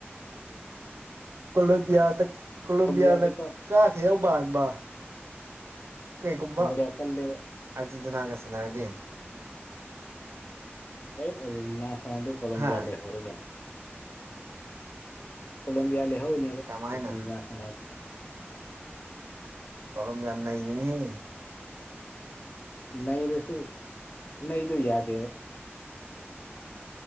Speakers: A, on the right; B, on the left.
A: ꯀꯣꯂꯝꯣꯕꯤꯌꯥꯗ ꯀꯣꯂꯣꯕꯤꯌꯥꯗ
B: ꯀꯣꯂꯣꯝꯕꯤꯌꯥꯗꯤ
A: ꯀꯥꯈꯤ ꯌꯧꯕ ꯍꯥꯏꯕ ꯀꯩꯔꯤꯒꯨꯝꯕ
B: ꯀꯣꯂꯣꯝꯕꯤꯌꯥ
A: ꯑꯥꯔꯖꯦꯟꯇꯤꯅꯥꯒ
B: ꯀꯜꯂꯦ
A: ꯁꯥꯟꯅꯔꯗꯤ
B: ꯑꯦ ꯅ ꯁꯥꯟꯅꯗꯤ ꯀꯣꯕꯤꯌꯥ
A: ꯍꯥ
B: ꯂ ꯂꯩ ꯍꯣꯔꯒꯅ ꯀꯂꯦꯝꯕꯤꯌꯥ ꯂ ꯍꯎꯅꯦ
A: ꯀꯃꯥꯏꯅ
B: ꯄꯆꯤꯟꯅꯥꯁꯅ
A: ꯀꯂꯝ ꯌꯥꯅꯃꯤ ꯍ
B: ꯅꯩꯔꯁꯨ ꯅꯩꯗꯨ ꯌꯥꯗꯕ